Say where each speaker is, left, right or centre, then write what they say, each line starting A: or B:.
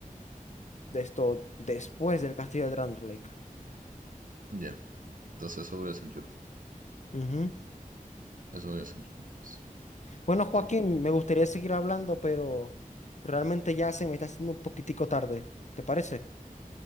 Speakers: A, on the left; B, on the right.
A: de esto después del Castillo de Drandelike.
B: ya, entonces eso voy a hacer yo,
A: Ujú.
B: eso voy a hacer yo, entonces,
A: Bueno, Joaquín,
B: sí.
A: me gustaría seguir hablando, pero realmente ya se me está haciendo un poquitico tarde. ¿Te parece?